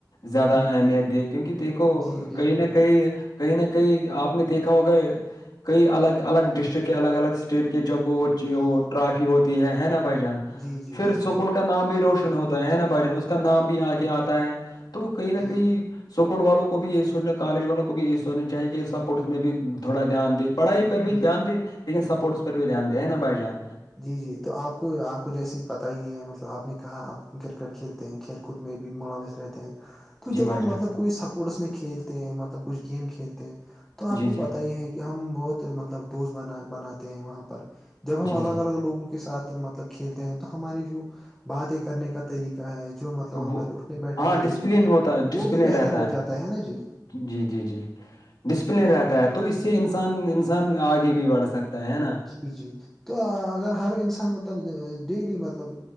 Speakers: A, on the left; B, in the centre.
A: زیادہ
B: جی
A: اہمیت د کیونکہ دیکھو
B: جی بالکل
A: کہیں نہ
B: بالکل
A: کہیں کہیں نہ کئی آپ نے دیکھا ہوگا کئی الگ الگ ڈسٹرک کے الگ الگ اسٹیٹ کے جب وہ
B: جی جی
A: ٹرافی ہوتی ہے ہے نا بھائی جان
B: جی جی
A: پھر
B: جی
A: اسکول
B: بالکل
A: کا نام بھی روشن ہوتا ہے نا بھائی جان اس کا نام بھی آ کے آتا ہے تو کہئی نہ
B: جی
A: کہئی
B: جی
A: اسکول والوں کو بھی یہی سوچنا کالج والوں کو بھی یہی سوچنا چاہیے کہ سپورٹس میں بھی تھوڑا دھیان دے پڑھائی پر بھی
B: جی
A: دھیان دے لیکن سپوورٹس پر بھی دھیان دے ہے نا بھائی جان
B: جی جی تو آپ کو آپ کو جیسے پت ہی ہے مطلب آپ نے کہا آپ کرکٹ کھیلتے ہیں کھیل کود میں بھی ملاوث رہتے ہیں تو
A: جی
B: جب
A: بھائی
B: ہم
A: جان
B: مطلب کوئی سپورٹس میں کھیلتے ہیں مطلب کچھ گیم کھیلتے ہیں تو آپ
A: جی
B: کو
A: جی
B: پت ہی ہے کہ ہم بہت مطلب دوست بناتے ہیں وہاں پر جب ہم
A: جی
B: الگ
A: جی
B: لوگوں کے ساتھ مطلب کھیلتے ہیں تو ہماری جو باتیں کرنے کا طریقہ ہے جو مطلب
A: وہ
B: ہمارے اٹھنے بیٹھنے
A: ہاں
B: کا
A: ڈسپلن
B: طریقہ ہے
A: ہوتا ڈسپلن
B: وہ بھی بہتر
A: رہتا
B: ہو جاتا ہے نا جی
A: جی جی جی ڈسپلن
B: جی
A: رہتا ہے تو اس سے انسان انسان آگے بھی بڑھ سکتا ہے ہے نا
B: جی جی تو اگر ہر انسان مطلب ڈیلی مطلب